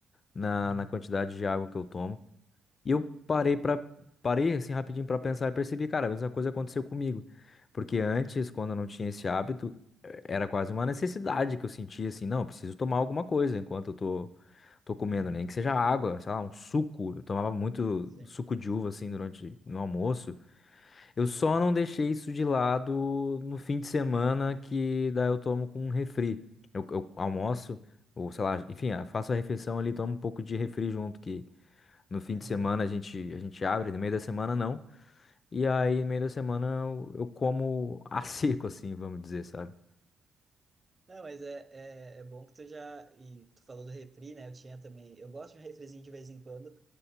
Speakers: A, on the left; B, on the right.
A: na,
B: Uhum.
A: na quantidade de água que eu tomo. E eu parei para parei assim rapidinho para pensar e percebi, cara, a mesma coisa aconteceu comigo. Porque antes, quando eu não tinha esse hábito, eh, era quase uma necessidade que eu sentia assim, não, eu preciso tomar alguma coisa enquanto eu tô tô comendo,
B: Uhum.
A: nem que seja água, sei lá, um suco. Eu tomava muito
B: Sim.
A: suco de uva assim durante no almoço. Eu só
B: Uhum.
A: não deixei isso de lado no fim de semana que daí eu tomo com um refri. Eu, eu almoço ou sei lá, enfim, ah, faço a refeição ali, tomo um pouco de refri junto que no fim
B: Aham.
A: de semana a gente, a gente abre, no meio da semana não. E aí,
B: Uhum.
A: no meio da semana, eu, eu como a <laughs> seco, assim, vamos dizer, sabe?
B: Não, mas é, é, é bom que tu já. E tu falou do refri, né? Eu tinha também. Eu gosto de um refrizinho de vez em quando.